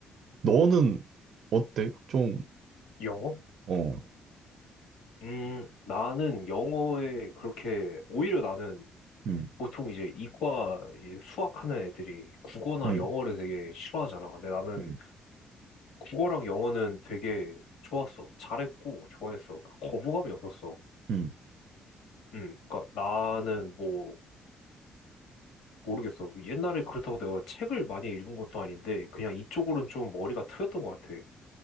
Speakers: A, on the right (about 65°); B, on the left (about 85°).
A: 너는 어때? 좀
B: 영어?
A: 어,
B: 음, 나는 영어에 그렇게 오히려 나는
A: 음,
B: 보통 이제 이과 이제 수학하는 애들이 국어나
A: 음,
B: 영어를 되게 싫어하잖아. 근데 나는
A: 음,
B: 국어랑 영어는 되게 좋았어. 잘했고, 좋아했어. 그 거부감이 없었어.
A: 음.
B: 음, 그니까 나는 뭐, 모르겠어. 그 옛날에 그렇다고 내가 책을 많이 읽은 것도 아닌데, 그냥 이쪽으로는 좀 머리가 트였던 것 같아.